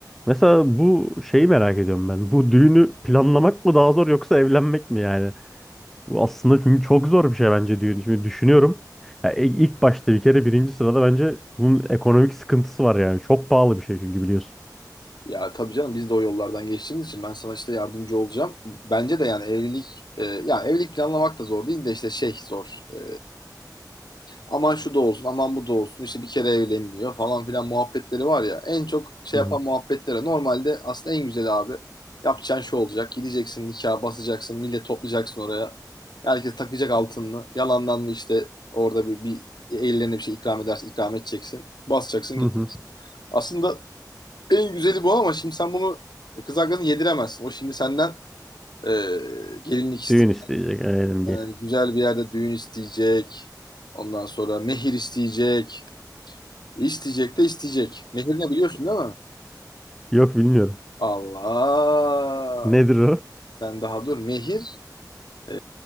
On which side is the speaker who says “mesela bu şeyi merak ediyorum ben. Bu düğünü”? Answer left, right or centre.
Centre